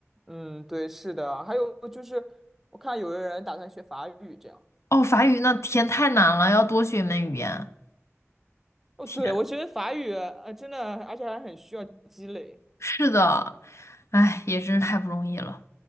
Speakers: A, in the centre; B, on the left.
A: 嗯，对，是的，还有就是我看有的人打算学法语这样。
B: 哦，法语那天太难了，要多学一门语言。
A: 哦，
B: 天，
A: 对，我觉得法语，呃，真的，而且还很需要积累。
B: 是的，哎，也真是太不容易了。